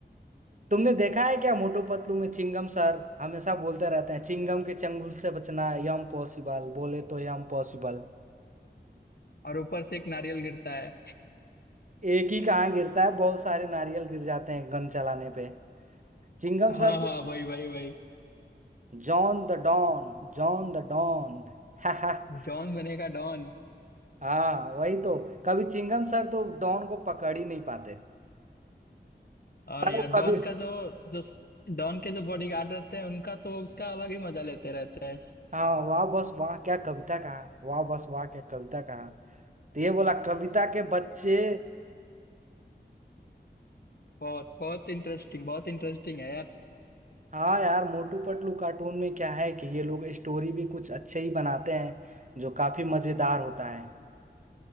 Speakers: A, on the right (about 45°); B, on the left (about 60°).
A: तुमने देखा है क्या मोटू पतलू में चिंगम सर हमेशा बोलते रहते हैं चिंगम के चंगुल से बचना है यम पॉसिबल बोले तो यम पॉसिबल
B: और ऊपर से एक नारियल गिरता है
A: एक ही कहाँ गिरता है बहुत सारे नारियल गिर जाते हैं गन चलाने पे चिंगम
B: हाँ
A: सर
B: हाँ
A: तो
B: वही वही वही
A: John the Don John the don <laughs>
B: जॉन बनेगा डॉन
A: हाँ वही तो कभी चिंगम सर तो डॉन को पकड़ ही नहीं पाते
B: और
A: पर
B: यार
A: वो कभी
B: डॉन का जो जो डॉन के जो बॉडीगार्ड रहते हैं उनका तो उसका अलग ही मजा लेते रहते हैं
A: हाँ वाह बस वाह क्या कविता कहा वाह बस वाह क्या कविता कहा तो ये बोला कविता के बच्चे
B: बहुत बहुत इंटरेस्टिंग बहुत इंटरेस्टिंग है यार
A: हाँ यार मोटू पतलू कार्टून में क्या है कि ये लोग स्टोरी भी कुछ अच्छे ही बनाते हैं जो काफी मजेदार होता है